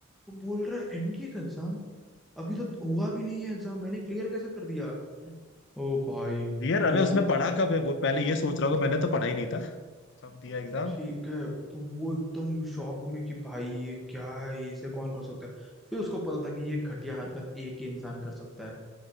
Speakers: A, in the centre; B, on the left.
A: वो बोल रहा है एनडीए का एग्जाम अभी तो हुआ भी नहीं है एग्जाम मैंने क्लियर कैसे कर दिया ओ भाई
B: यार अरे
A: फिर
B: उसने पढ़ा कब है वो पहले ये सोच रहा होगा मैंने तो पढ़ा ही नहीं था कब दिया एग्जाम
A: ठीक है तो वो एकदम शॉक में कि भाई ये क्या है ये इसे कौन कर सकता है फिर उसको पता था कि ये घटिया हरकत एक ही इंसान कर सकता है